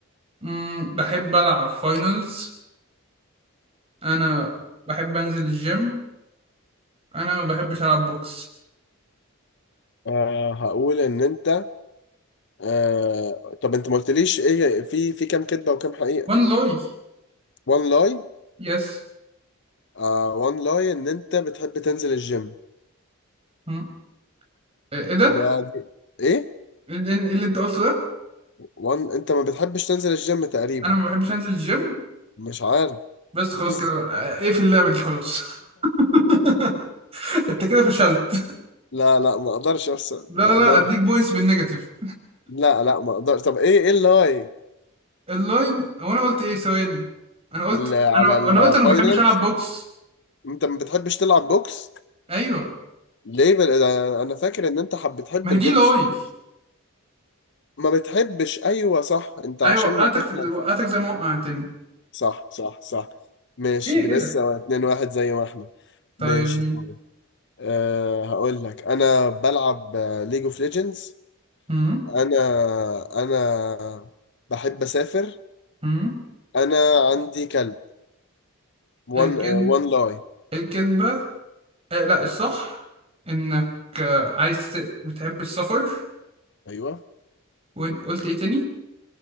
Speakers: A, on the right (about 25°); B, on the left (about 55°).
A: مم، بحب العب فاينلز انا بحب انزل الجيم انا ما بحبش العب بوكس
B: آه هقول ان انت آه طب انت ما قلتليش ايه في في كام كدبه وكام حقيقه
A: وان لوي
B: وان لاي
A: يس
B: آه وان لاي ان انت بتحب تنزل الجيم
A: مم. ايه ده
B: ده دي. ايه
A: اللي اللي انت قلته ده
B: وان انت ما بتحبش تنزل الجيم تقريبا
A: انا ما بحبش انزل الجيم
B: مش عارف
A: بس خلاص
B: <laughs>
A: كده آه، ايه في اللعبه دي خلاص <laughs> انت كده فشلت
B: لا لا ما اقدرش ارسم
A: لا لا
B: ما اقدرش
A: لا اديك بوينتس بالنيجاتيف
B: لا لا ما اقدرش طب ايه ايه اللاي
A: اللاين هو انا قلت ايه ثواني انا قلت
B: اللي على
A: انا
B: الفاينلز
A: انا قلت انا ما بحبش العب بوكس
B: انت ما بتحبش تلعب بوكس
A: ايوه
B: ليه بل... آه، انا فاكر ان انت حب بتحب
A: ما هي
B: البوكس
A: دي لاي
B: ما بتحبش ايوه صح انت
A: ايوه
B: عشان
A: وقعتك
B: ناكلها
A: في... وقعتك
B: ف...
A: زي ما وقعتني
B: صح صح صح ماشي
A: هي كده
B: لسه اتنين واحد زي ما احنا
A: طيب
B: ماشي
A: مين
B: طيب أه هقول لك انا بلعب ليج اوف ليجندز
A: امم
B: انا انا بحب اسافر
A: امم
B: انا عندي كلب
A: الكذب
B: وان وان لاي
A: الكذبه آه لا الصح انك آه، عايز ت- بتحب السفر
B: ايوه
A: وين قلت ايه تاني